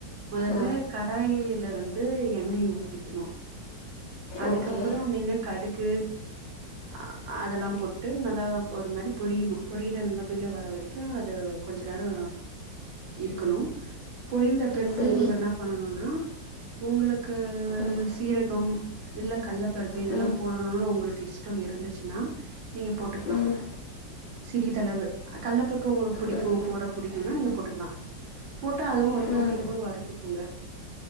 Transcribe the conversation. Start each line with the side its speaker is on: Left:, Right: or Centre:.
Right: மொதல்ல
Left: ஆ
Right: கடாயில வந்து எண்ணெய ஊத்திக்கணு அதுக்கப்புறோ
Left: ஓகே
Right: நீங்க கடுகு அ அதெல்லா போட்டு நல்லா ஒரு மாரி பொரியணு பொரியிற நலமல வர வரைக்கு அது கொஞ்ச நேரோ இருக்கணு பொரிந்த பின்பு
Left: சரி
Right: நம்ப என்ன பண்ணணும்னா உங்களுக்கு
Left: ம்
Right: சீரகம் இல்ல கல்லபருப்பு இதெல்லா
Left: ம்
Right: போடணுனு உங்களுக்கு இஷ்டோ இருந்துச்சுன்னா நீங்க போட்டுக்கலா
Left: ம்
Right: சிறிதளவு கல்லபருப்பு உங்களுக்கு பு டிக்கு
Left: ம் ம்
Right: போட புடிக்கும்னா நீங்க போட்டுக்கலா போட்டா அதுவு ஒரு பொன்னிறமா
Left: ம்
Right: வறுத்துக்குங்க